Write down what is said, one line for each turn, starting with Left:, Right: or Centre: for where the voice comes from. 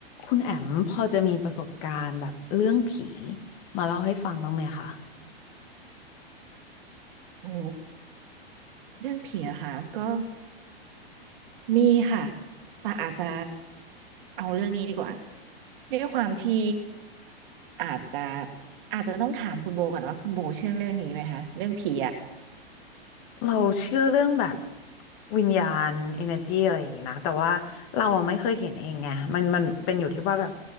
Left: คุณแอมพอจะมีประสบการณ์แบบเรื่องผีมาเล่าให้ฟังบ้างไหมคะ
Right: โอ้เรื่องผีอะค่ะก็มีค่ะแต่อาจจะเอาเรื่องนี้ดีกว่าด้วยความที่อาจจะอาจจะต้องถามคุณโบก่อนว่าคุณโบเชื่อเรื่องนี้ไหมคะเรื่องผีอะ
Left: เราเชื่อเรื่องแบบวิญญาณ energy อะไรอย่างนี้นะแต่ว่าเราอะไม่เคยเห็นเองไงมันมันเป็นอยู่ที่ว่าแบบ